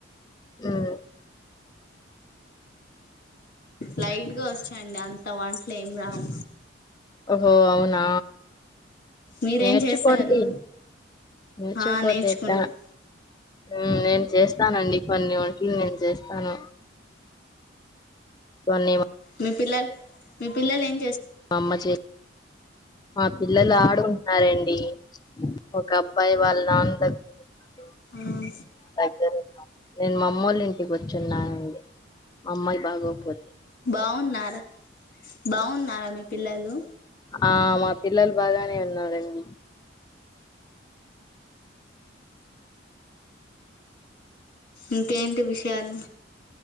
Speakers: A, on the left; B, on the left.
A: ఆమ్
B: లైట్గా వచ్చాండి అంత వంట్లేం రావు
A: ఓహో అవునా
B: మీరేం
A: నేర్చుకోండి
B: చేస్తారు
A: నేర్చుకుపోతేట
B: ఆ నేర్చుకుంటా
A: ఉమ్ నేను చేస్త్ స్తానండి కొన్ని వంటలు నేను చేస్తాను కోన్ని
B: మీ పిల్లల్ మీ పిల్లలు ఎం
A: అమ్మ చే మా పిల్లల ఆడుంటున్నారండి ఒక అబ్బాయి వాళ్ళ నాన్న దగ్గర ఉన్నారు
B: ఆమ్
A: సరే నేను మా అమ్మళ్ళ ఇంటికి వచ్చున్నానండి మా అమ్మకి బాగోపోతే
B: బావున్నారా బావున్నారా మీ పిల్లలు
A: ఆ మా పిల్లలు బాగానే ఉన్నారండి
B: ఇంకాేంటి విషయాలు